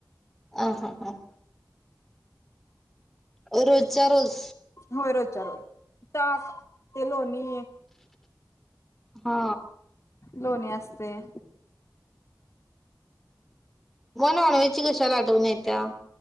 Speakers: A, in the centre; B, on the left.
A: आ हा हा. रोजच्या रोज.
B: वरद. चाललं, ताक ते लोणी
A: हा
B: लोणी असतंय.
A: म नॉनव्हेजची कशाला आठवण येत्या.